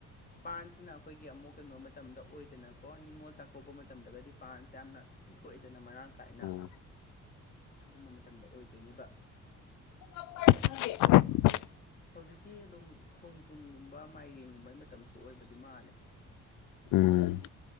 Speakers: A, on the left; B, on the left.
A: ꯄꯥꯟꯁꯤꯅ ꯑꯩꯈꯣꯏꯒꯤ ꯑꯃꯨꯛ ꯀꯩꯅꯣ ꯃꯇꯝꯗ ꯑꯣꯏꯗꯅꯀꯣ ꯅꯤꯡꯅꯤꯉꯣꯜ ꯆꯥꯛꯀꯧꯕ ꯃꯇꯝꯗꯒꯗꯤ ꯄꯥꯟꯁꯦ ꯌꯥꯝꯅ ꯊꯣꯛꯑꯦꯗꯅ ꯃꯔꯥꯡ ꯀꯥꯏꯅ
B: ꯎꯝ
A: ꯑꯗꯨꯝꯕ ꯃꯇꯝꯗ ꯑꯣꯏꯗꯣꯏꯅꯦꯕ
B: <unintelligible>
A: ꯍꯧꯖꯤꯛꯇꯤ ꯑꯗꯨꯝ ꯈꯣꯡꯗ꯭ꯔꯨꯝꯒꯨꯝꯕ ꯃꯥꯏꯔꯦꯟꯒꯨꯝꯕꯩ ꯃꯇꯝꯁꯨ ꯑꯣꯏꯕꯗꯤ ꯃꯥꯜꯂꯦ
B: ꯎꯝ